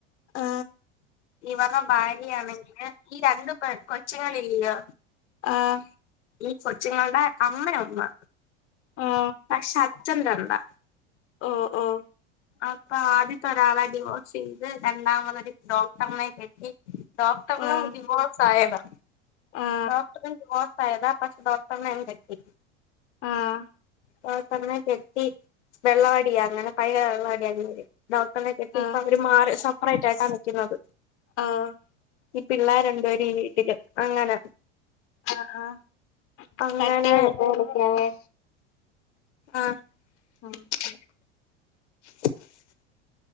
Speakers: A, on the left (about 40°); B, on the left (about 80°).
A: ആ
B: ഇവർടെ ബാ ആണെങ്കില് ഈ രണ്ട് കൊ കൊച്ചുങ്ങളില്ലിയോ
A: ആഹ്.
B: ഈ കൊച്ചുങ്ങൾടെ അമ്മേ ഒന്നാ
A: ആ
B: പക്ഷെ അച്ഛൻ രണ്ടാ.
A: ഓഹ് ഓഹ്
B: അപ്പൊ ആദ്യത്തെ ഒരാളെ ഡിവോഴ്സ് ചെയ്ത് രണ്ടാമതൊരു ഡോക്ടർനെ കെട്ടി ഡോക്ടർനും
A: ആ
B: ഡിവോഴ്സ് ആയതാ
A: ആ
B: ഡോക്ടറും ഡിവോഴ്സ് ആയതാ പക്ഷ ഡോ ട്ടർനേ അങ്ങ്കെട്ടി.
A: ആഹ്.
B: ഡോക്ടർനെ കെട്ടി വെള്ളവടിയാ അങ്ങനെ പൈ <unintelligible> ഡോക്ടർനെക്കെട്ടി
A: ആ
B: ഇപ്പ അവര് മാറി സപ്പറൈറ്റ് ആയിട്ടാ നിക്ക്ന്നത്.
A: ആഹ്.
B: ഈ പിള്ളേര് രണ്ടു പേരും ഈ വീട്ടില് അങ്ങനെ.
A: ആഹ് ആഹ്
B: അങ്ങനെ
A: കട്ടയ്ത്ട്ട് വിളിക്കാവെ.
B: ആഹ്.
A: ആഹ്
B: <inaudible>